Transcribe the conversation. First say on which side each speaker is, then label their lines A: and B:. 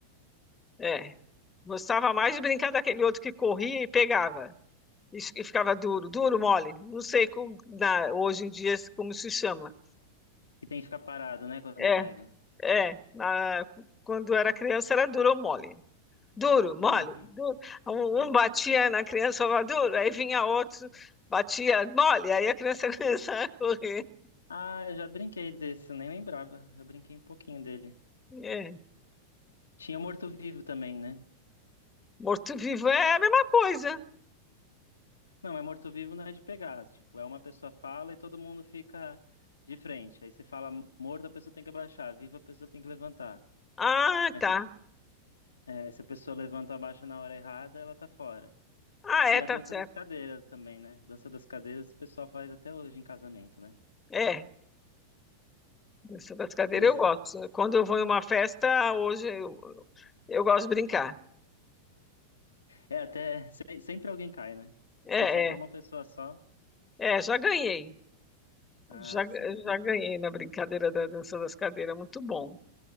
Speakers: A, on the left (about 15°); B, on the left (about 75°).
A: é. Gostava mais de brincar daquele outro que corria e pegava. E, e ficava duro, duro, mole. Não sei como, na- hoje em dia como se chama.
B: E tem que ficar parado, né? Quando
A: É,
B: pega.
A: é. Na- quando era criança era duro ou mole. Duro, mole,
B: Hum.
A: duro. Um,
B: hum.
A: um batia na criança, falava duro, aí vinha outro, batia mole, aí a criança <laughs> começava a correr.
B: Ah, eu já brinquei desse, eu nem lembrava. Eu brinquei um pouquinho dele.
A: É.
B: Tinha morto-vivo também, né?
A: Morto-vivo é a mesma coisa.
B: Não, é morto-vivo não é de pegar. Tipo, é uma pessoa fala e todo mundo fica de frente. Aí você fala morto, a pessoa tem que abaixar. Viva, a pessoa tem que levantar.
A: Ah,
B: Aí
A: tá.
B: você, é, se a pessoa levanta ou abaixa na hora errada, ela tá fora.
A: Ah, é,
B: E a
A: tá
B: dança
A: certo.
B: das cadeiras também, né? Dança das cadeiras o pessoal faz até hoje em casamento, né?
A: É, dança das cadeiras
B: Eles...
A: eu gosto. Quando eu vou em uma festa, hoje eu, eu gosto de brincar.
B: É, até se- sempre alguém cai, né?
A: É,
B: Que sobra
A: é,
B: uma pessoa só.
A: é, já ganhei.
B: Ah,
A: Já,
B: sim.
A: já ganhei na brincadeira da dança das cadeiras. Muito bom.